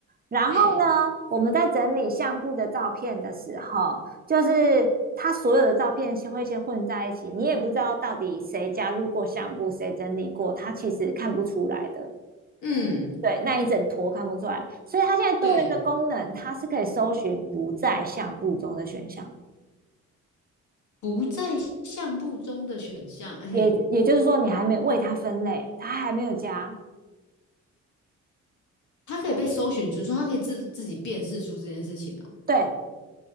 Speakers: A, on the right; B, on the left.
A: 然后呢，
B: 嘿，
A: 我们在整理相簿的照片的时候，就是它所有的照片先会先混在一起，你也不知道到底谁加入过相簿，谁整理过，它其实看不出来的。
B: 嗯，
A: 对，那一整坨看不出来，所以它现在多了一个功能，
B: 对，
A: 它是可以搜寻不在相簿中的选项，
B: 不在相簿中的选项，嘿，
A: 也也就是说，你还没为它分类，它还没有加。
B: 它可以被搜寻出，说它可以自自己辨识出这件事情哦。
A: 对，